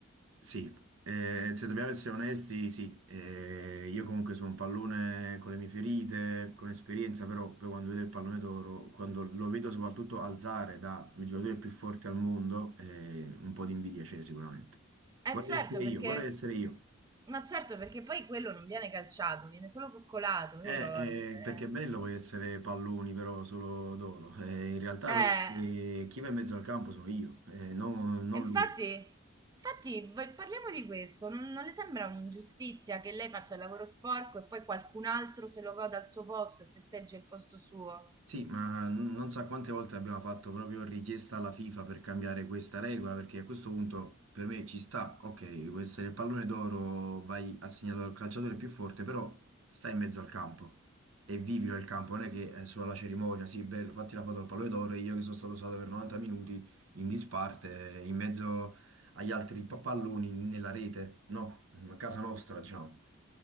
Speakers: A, on the right (about 75°); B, on the right (about 20°).
A: Sì, eh, se dobbiamo essere onesti, sì, Eh, io comunque sono un pallone con le mie ferite, con esperienza, però poi quando vedo il pallone d'oro, quando lo vedo soprattutto alzare da il giocatore più forte al mondo, eh, un po' di invidia c'è sicuramente.
B: Eh
A: Vorrei
B: certo,
A: essere
B: perché...
A: io, vorrei essere io.
B: Ma certo, perché poi quello non viene calciato, viene solo coccolato, vero?
A: Eh,
B: Eh...
A: eh, perché è bello poi essere palloni però solo d'oro. Eh, in realtà
B: eh.
A: però eh, chi va in mezzo al campo sono io, eh, non, non
B: E infatti,
A: lui.
B: infatti, v- parliamo di questo. Non, non le sembra un'ingiustizia che lei faccia il lavoro sporco e poi qualcun altro se lo goda al suo posto e festeggia il posto suo?
A: Sì, ma n- non so quante volte abbiamo fatto proprio richiesta alla FIFA per cambiare questa regola, perché a questo punto per me ci sta, ok, può essere il pallone d'oro, vai assegnato al calciatore più forte, però stai in mezzo al campo e vivilo il campo, non è che è solo la cerimonia, sì, bello, fatti la foto al pallone d'oro e io che sono stato usato per 90 minuti in disparte, eh, in mezzo agli altri pa- palloni nella rete, no, a casa nostra, diciamo.